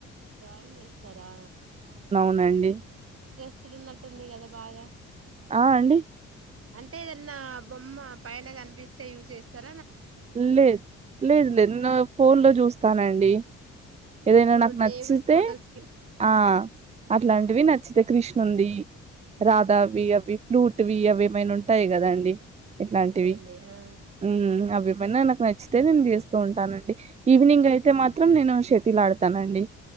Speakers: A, on the right (about 50°); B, on the right (about 25°).
A: డ్రాయింగ్ వస్తారు దా
B: అవునండి
A: ఇంటరెస్టింగ్ ఉన్నట్టుందిగా కదా బాగా
B: ఆ అండి
A: అంటే ఏదన్నా బొమ్మ పైన కనిపిస్తే యూస్ చేస్తారు
B: లేదు లేదు లేదు నేను ఫోన్ లో చూస్తానండి అ ఏదైనా
A: ఇప్పుడు
B: నాకు నచ్చితే
A: దేవుడి ఫొటోస్ కి
B: ఆ అట్లాంటివి నచ్చితే కృష్ ఉంది రాధావి అవి ఫ్లూట్వి అవి ఏమైనా ఉంటాయి గదండి ఎట్లాంటివి
A: ఆ అవునులేండి ఆ
B: మ్మ్ అవి వేన నాకు నచ్చితే నేను జేస్తూ ఉంటానం ఈవినింగ్ అయితే
A: ఉహు
B: మాత్రం నేను షె తిలాడుతానండి